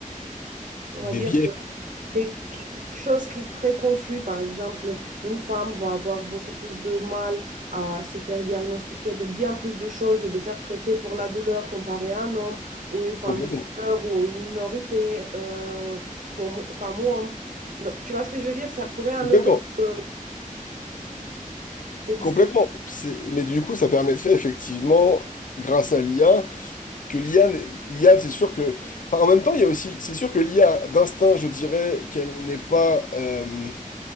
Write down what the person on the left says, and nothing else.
Des
biais,
complètement.
Complètement.
Complètement. C'est- Mais du coup, ça permettrait effectivement, grâce à l'IA, que l'IA, n'est- l'IA, c'est sûr que. Enfin, en même temps, il y a aussi. C'est sûr que l'IA, d'instinct, je dirais qu'elle n'est pas. euh,